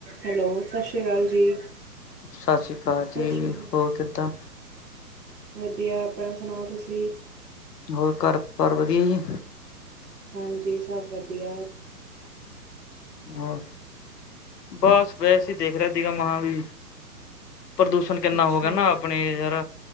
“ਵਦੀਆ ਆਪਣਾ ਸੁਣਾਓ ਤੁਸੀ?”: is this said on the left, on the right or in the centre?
Right